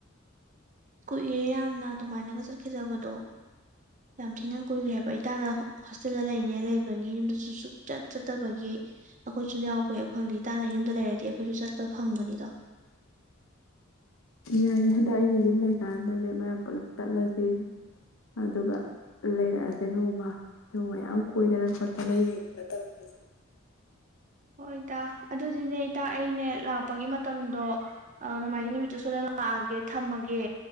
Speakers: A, on the right; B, on the left.
A: ꯀꯨꯏꯔꯦ ꯌꯥꯝꯅ ꯑꯗꯨꯃꯥꯏꯅꯒ ꯆꯠꯈꯤꯗꯕꯗꯣ ꯌꯥꯝ ꯊꯤꯅ ꯀꯨꯏꯈ꯭ꯔꯦ ꯍꯥꯏꯕ ꯑꯩ ꯇꯥꯅ ꯍꯣꯁꯇꯦꯜꯗ ꯂꯩꯅꯤ ꯂꯩꯕꯅꯤ ꯌꯨꯝꯗꯁꯨ ꯁꯨꯡꯆꯠ ꯆꯠꯇꯕꯒꯤ ꯑꯩꯈꯣꯏꯁꯨ ꯌꯥꯎꯕ ꯍꯦꯛ ꯐꯪꯗꯦ ꯏ ꯇꯥꯟꯅ ꯌꯨꯝꯗ ꯂꯩꯔꯗꯤ ꯑꯩꯈꯣꯏꯁꯨ ꯆꯠꯄ ꯐꯪꯕꯅꯤꯗꯣ
B: ꯌꯥꯏꯌꯦ ꯍꯟꯗꯛ ꯑꯩꯅ ꯌꯨꯝ ꯂꯩꯀꯥꯟꯗꯅꯦ ꯃꯌꯥꯝ ꯄꯨꯂꯞ ꯆꯠꯂꯁꯤ ꯑꯗꯨꯒ ꯂꯩꯔꯛꯑꯁꯦ ꯅꯣꯡꯃ ꯑꯗꯨꯒ ꯃꯌꯥꯝ ꯀꯣꯏꯗꯅ ꯈꯣꯠꯇꯅ ꯌꯦꯡꯗꯅ ꯇꯧꯔꯛꯑꯁꯤ
A: ꯍꯣꯏ ꯏꯇꯥ ꯑꯗꯨꯗꯤꯅꯦ ꯏꯇꯥ ꯑꯩꯅꯦ ꯂꯥꯛꯄꯒꯤ ꯃꯇꯝꯗꯣ ꯅꯣꯡꯃꯥꯏꯖꯤꯡ ꯅꯨꯃꯤꯠꯇꯨ ꯁꯣꯏꯗ ꯂꯥꯛꯑꯒꯦ ꯊꯝꯃꯒꯦ